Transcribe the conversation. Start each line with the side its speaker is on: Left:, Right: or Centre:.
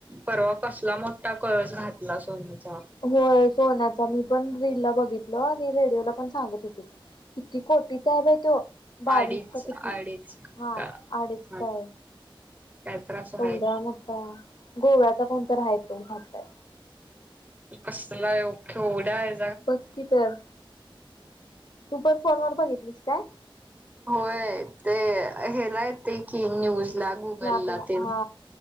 Right: परवा कसला मोठा कळस घातला सोन्याचा.
Left: होय सोन्याचा, मी पण रीलला बघितललो, आणि रेडिओला पण सांगत होतीत. किती कोटीचा आहे बाई त्यो बावीस
Right: अडीच
Left: का किती,
Right: अडीच
Left: हा
Right: का
Left: अडीच
Right: हा
Left: काय
Right: काय तर असं
Left: कवडा
Right: आहे
Left: मोठा, गोव्याचा कोणतर हाय तो घातलाय.
Right: कसलाय व केवडाय
Left: बक्की तर, तू पण फोनवर बघितलीस काय?
Right: होय, ते हेला येतय की न्यूज ला गुगलला
Left: स्नॅपला,
Right: तेन
Left: हा.